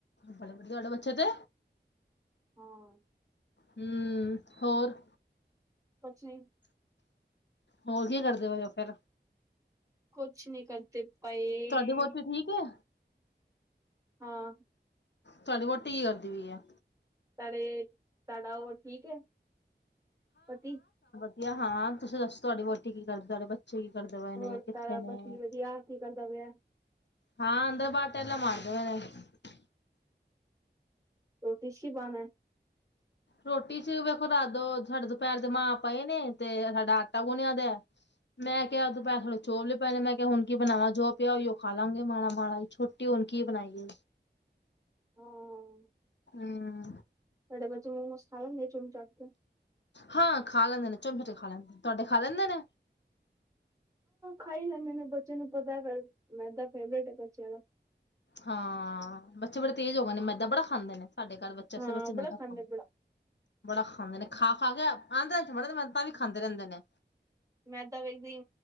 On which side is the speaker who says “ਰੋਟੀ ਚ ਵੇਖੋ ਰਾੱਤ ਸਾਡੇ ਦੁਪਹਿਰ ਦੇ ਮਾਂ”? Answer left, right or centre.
Left